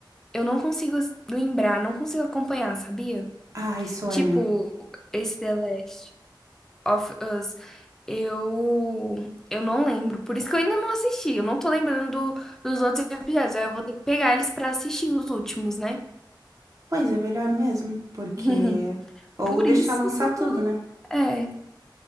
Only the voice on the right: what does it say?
Ai, Suena.
Pois é melhor mesmo, porque.
Ou
deixar
lançar
tudo,
né?